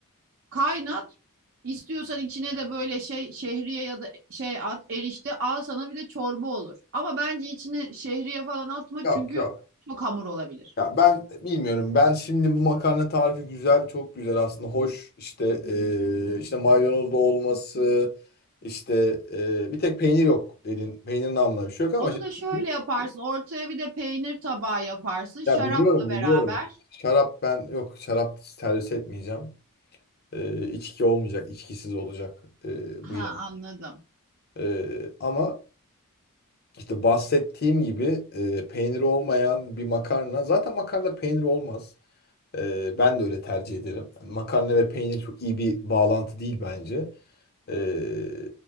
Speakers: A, on the right; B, on the left.
A: Kaynat. İstiyorsan içine de böyle şey şehriye ya da şey at erişte al sana bir de çorba olur. Ama bence içine şehriye falan atma
B: Yok
A: çünkü
B: yok.
A: çok hamur olabilir.
B: Ya ben bilmiyorum. Ben şimdi bu makarna tarifi güzel, çok güzel aslında. Hoş işte eee, işte maydanozlu olması, işte eee, bir tek peynir yok dedin. Peynir namına bir şey yok ama
A: Onu
B: işte-
A: da şöyle
B: <laughs>
A: yaparsın. Ortaya bir de peynir tabağı yaparsın. Şarapla
B: ya biliyorum biliyorum.
A: beraber.
B: Şarap ben yok şarap servis etmeyeceğim. Eee içki olmayacak, içkisiz olacak eee,
A: Ha
B: bu yemek.
A: anladım.
B: Ee, ama İşte bahsettiğim gibi e, peyniri olmayan bir makarna. Zaten makarna peynir olmaz. E, ben de öyle tercih ederim. Yani Makarna ve peynir çok iyi bir bağlantı değil bence. E,